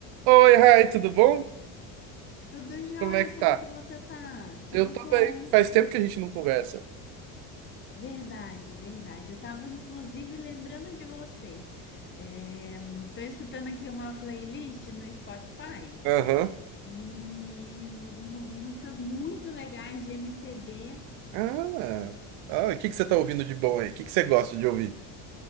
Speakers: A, on the right; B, on the left.
A: Oi, Rai, tudo bom?
B: Tudo jóia,
A: Como é que
B: como
A: tá?
B: que você tá? Tudo
A: Eu tô
B: bom?
A: bem. Faz tempo que a gente não conversa.
B: Verdade, verdade. Eu tava inclusive lembrando de você. É, tô escutando aqui uma playlist no Spotify
A: Aham.
B: e mu- músicas muito legais de MPB.
A: Ah. Ah, e o que que você tá ouvindo de bom aí? O que que você gosta de ouvir?